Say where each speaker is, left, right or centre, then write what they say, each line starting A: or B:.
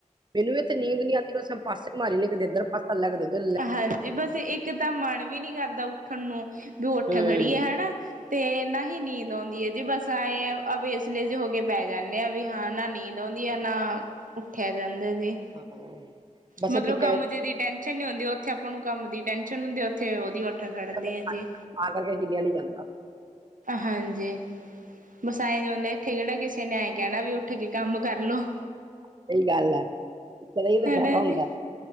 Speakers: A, on the right; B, on the right.
A: ਮੈਨੂੰ ਵੀ ਤੇ ਨੀਂਦ ਨੀ ਆਂਦੀ, ਬਸ ਪਾਸੇ ਹੀ ਮਾਰੀ ਨੇ, ਕਿਦੇ ਇੱਧਰ ਪਾਸਾ ਲੈ, ਕਦੇ ਉੱਧਰ
B: ਹਾਂਜੀ ਬਸ ਇੱਕ ਤਾਂ ਮਨ ਵੀ ਨੀ ਕਰਦਾ ਉੱਠਣ ਨੂੰ, ਵੀ ਉਹ ਉੱਠ
A: ਹਮ
B: ਖੜੀ ਹੈ ਹੈਨਾ ਤੇ ਨਾ ਹੀ ਨੀਂਦ ਆਉਂਦੀ ਹੈ, ਜੀ ਬਸ ਐਏਂ ਵੇਸਲੇ ਜਏ ਹੋ ਕੇ ਪੈ ਜਾਂਦੇ ਆ ਵੀ ਹਾਂ ਨਾ ਨੀਂਦ ਨਾ ਨੀਂਦ ਆਂਦੀ ਐ, ਨਾ ਉੱਠਿਆ ਜਾਂਦਾ ਜੀ,
A: ਹਾਂ ਬਸ
B: ਮਗਰੋਂ
A: ਤੇ
B: ਕੰਮ ਜੇ ਦੀ ਟੈਨ ਹ ਉੱਥੇ ਆਪਾਂ ਨੂੰ ਕੰਮ ਦੀ ਟੈਨਸ਼ਨ ਹੁੰਦੀ, ਉੱਥੇ ਉਹਦੀ ਉਠ ਖੜਦੇ
A: ਤਾਂ
B: ਆ ਜੀ
A: ਕਰਕੇ ਹਿੱਲਿਆ ਨੀ ਜਾਂਦਾ
B: ਹਾਂਜੀ ਵਸਾ ਐਵੇ ਇੱਥੇ ਕਿਹੜਾ ਕਿਸੇ ਨੇ ਐਂ ਕਹਿਣਾ, ਵੀ ਉੱਠ ਕੇ ਕੰਮ ਕਰ ਲਉ
A: ਸਹੀ ਗੱਲ ਹੈ ਕਹਿੰਦਾ ਇਹ ਤਾਂ
B: ਹੈਨਾ
A: ਫਾਇਦਾ ਹੁੰਦਾ
B: ਜੀ